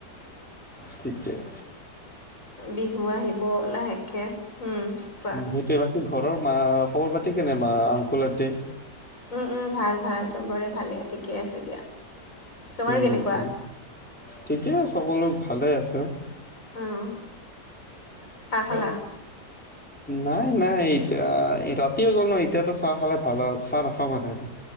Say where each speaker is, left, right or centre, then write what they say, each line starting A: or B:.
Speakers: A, in the centre; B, on the left.
A: ঠিকেই
B: বিহু আহিব লাহেকে উম, কোৱা
A: উম সেইটোৱে বাকি ঘৰৰ মা খবৰ পাতি কেনে মা আংকুলহতে।
B: উম, উম, ভাল, ভাল চবৰে ভালে ঠিকে আছে দিয়া। তোমাৰ
A: উম,
B: কেনেকুৱা
A: উম ঠিকেই সকলো ভালে আছে।
B: উম, চাহ খালা
A: নাই নাই এতিয়া ৰাতিও হৈ গল ন এতিয়াতো চাহ খালে ভাল হয় চাহ নাখাওঁ মানে আৰু।